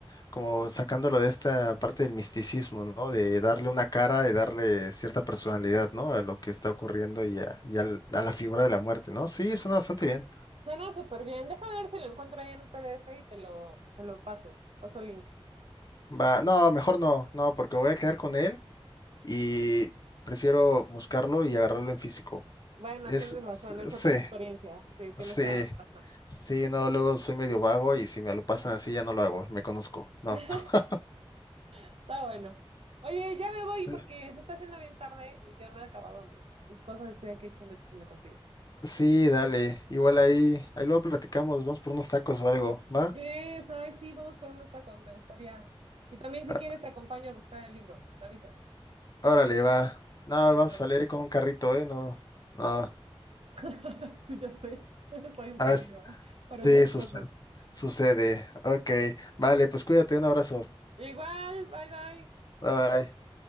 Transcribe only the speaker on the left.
como sacándolo de esta parte del misticismo, ¿no? De darle una cara y darle cierta personalidad, ¿no? A lo que está ocurriendo y a, y al- a la figura de la muerte, ¿no? Sí, suena bastante bien.
Va, no, mejor no, no, porque voy a quedar con él y prefiero buscarlo y agarrarlo en físico.
Es,
sí.
Sí,
sí, no, luego soy medio vago y si me lo pasan así ya no lo hago, me conozco, no.
<laughs>
Sí,
Sí, dale, igual ahí, ahí luego platicamos, vamos por unos tacos o algo, ¿va?
Ah,
Órale, va. No,
vamos a salir con un carrito, ¿eh? No, no.
A
ver, sí,
sucede.
Sucede. Ok, vale, pues cuídate, un abrazo.
Bye bye.